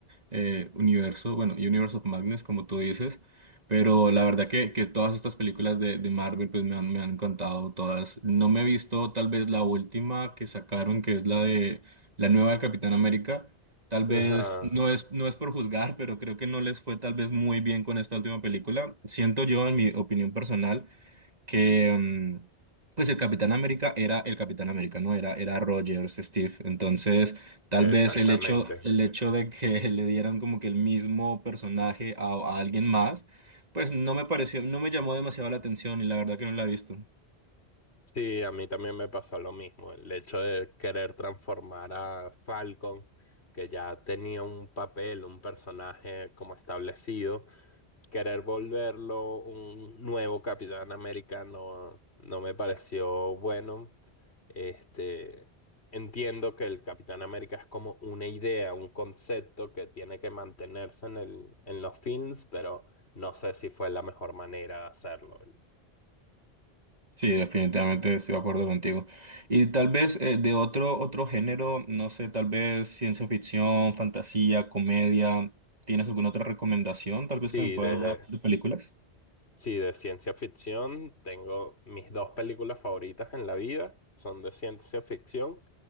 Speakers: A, on the right; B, on the left.
A: eh, Universo, bueno, Universe of Madness, como tú dices, pero la verdad que, que todas estas películas de, de Marvel pues me han, me han encantado todas. No me he visto tal vez la última que sacaron, que es la de la nueva del Capitán América. Tal vez
B: Ajá,
A: no es, no es por juzgar, pero creo que no les fue tal vez muy bien con esta última película. Siento yo, en mi opinión personal que mm, pues el Capitán América era el Capitán América, ¿no? Era, era Rogers, Steve. Entonces, tal
B: exactamente.
A: vez el hecho, el hecho de que <laughs> le dieran como que el mismo personaje a, a alguien más, pues no me pareció, no me llamó demasiado la atención y la verdad que no la he visto.
B: Sí, a mí también me pasó lo mismo. El hecho de querer transformar a Falcon, que ya tenía un papel, un personaje como establecido, querer volverlo un nuevo Capitán América no, no me pareció bueno. Este, entiendo que el Capitán América es como una idea, un concepto que tiene que mantenerse en el, en los films, pero no sé si fue la mejor manera de hacerlo.
A: Sí, definitivamente estoy de acuerdo contigo. Y tal vez eh, de otro, otro género, no sé, tal vez ciencia ficción, fantasía, comedia, ¿tienes alguna otra recomendación tal vez
B: Sí,
A: que me puedas
B: de
A: dar de películas?
B: Sí, de ciencia ficción tengo mis dos películas favoritas en la vida, son de ciencia ficción.